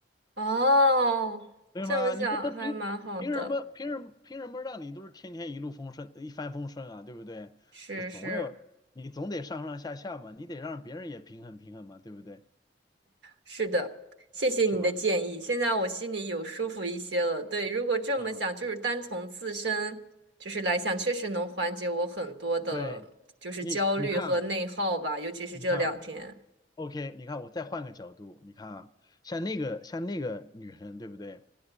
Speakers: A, on the right; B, on the left.
A: 哦，
B: 对吗？
A: 这么想还蛮好的，
B: 你不能凭凭什么凭什么凭什么让你都是天天一路风顺一帆风顺啊，对不对？
A: 是是
B: 就总有你总得上上下下嘛，你得让别人也平衡平衡嘛，对不对？
A: 是的，谢谢你的建议，
B: 是吗？
A: 现在我心里有舒服一些了。对，如果这么想，
B: 啊，
A: 就是单从自身就是来想，
B: 对
A: 确实能缓解我很多的，
B: 对，
A: 就是焦虑和内耗吧，
B: 你你看啊
A: 尤其是这两天。
B: 你看啊，OK，你看我再换个角度，你看啊，像那个像那个女生，对不对？